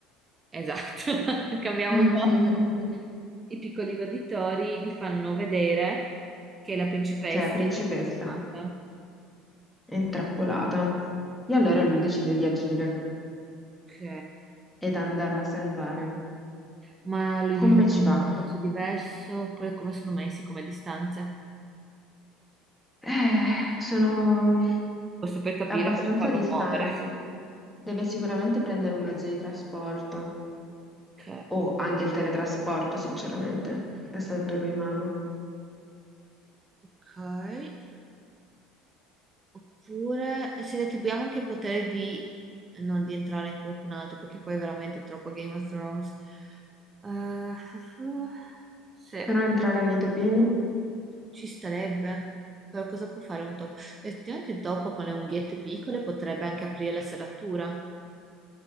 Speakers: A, on the right; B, in the centre.
A: Esatto, <laughs> cambiamo
B: <laughs>
A: un po'. I piccoli roditori gli fanno vedere che la principessa
B: Che è la principessa
A: è nata.
B: è intrappolata. E allora lui decide di agire
A: Ok.
B: ed andarla a salvare.
A: Ma lui vive
B: Come ci
A: in
B: va?
A: un posto diverso, oppure come sono messi come distanze?
B: Eh, sono
A: Questo per capire
B: abbastanza
A: come farlo
B: distanti.
A: muovere.
B: Deve sicuramente prendere un mezzo di trasporto
A: Ok,
B: o anche il teletrasporto, sinceramente, essendo lui mago.
A: ok. Oppure se le attribuiamo anche il potere di non di entrare in qualcun altro, perché poi è veramente troppo Game of Thrones. Eh, <laughs> sì.
B: Però entrare nei topini?
A: Ci starebbe, però cosa può fare un topo? Effettivamente il topo con le unghiette piccole potrebbe anche aprire la serratura.